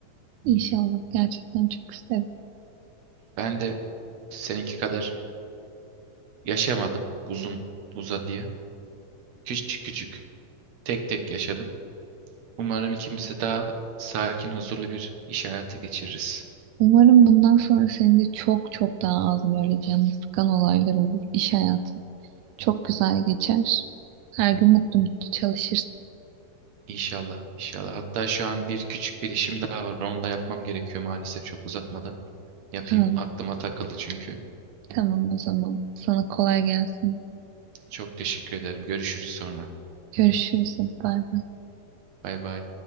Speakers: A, on the right; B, on the right.
A: inşallah gerçekten çok isterim.
B: Ben de seninki kadar yaşamadım uzun uzadıya. Küçük küçük Tek tek yaşadım. Umarım ikimiz de daha sakin, huzurlu bir iş hayatı geçiririz.
A: Umarım bundan sonra senin de çok çok daha az böyle canını sıkan olaylar olur. İş hayatın çok güzel geçer. Her gün mutlu mutlu çalışırsın.
B: İnşallah, inşallah. Hatta şu an bir küçük bir işim daha var. Onu da yapmam gerekiyor maalesef çok uzatmadan. Yapayım.
A: Ha.
B: Aklıma takıldı çünkü.
A: Tamam o zaman. Sana kolay gelsin.
B: Çok teşekkür ederim. Görüşürüz sonra.
A: Görüşürüz. Hadi bay bay.
B: Bay bay.